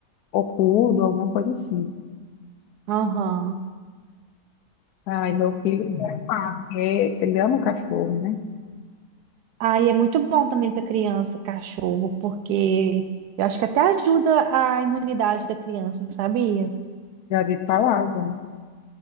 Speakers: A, on the left; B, on the right.
A: ou poodle, alguma coisa assim.
B: Aham.
A: Ai, meu filho, ah, porque ele ama o cachorro, né?
B: Ah, e é muito bom também para criança, cachorro, porque eu acho que até ajuda a imunidade da criança, sabia?
A: Já vi falar, já.